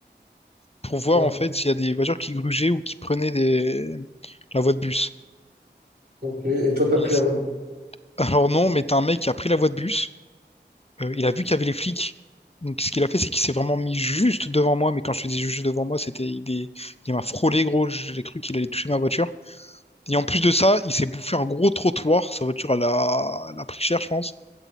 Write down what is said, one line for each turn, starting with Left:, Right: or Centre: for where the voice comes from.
Left: pour voir
Right: Mhm.
Left: en fait s'il y a des voitures qui grugeaient ou qui prenaient des... la voie de bus.
Right: Ok. Et toi, t'as
Left: Et
Right: pris
Left: c'est-
Right: la voie de...
Left: Alors non, mais t'as un mec qui a pris la voie de bus Euh, il a vu qu'il y avait les flics. Donc, ce qu'il a fait, c'est qu'il s'est vraiment mis juste devant moi. Mais quand je te dis juste devant moi, c'était il, est- il m'a frôlé, gros. J'ai cru qu'il allait toucher ma voiture. Et en plus de ça, il s'est bouffé un gros trottoir. Sa voiture, elle a, elle a pris cher, je pense.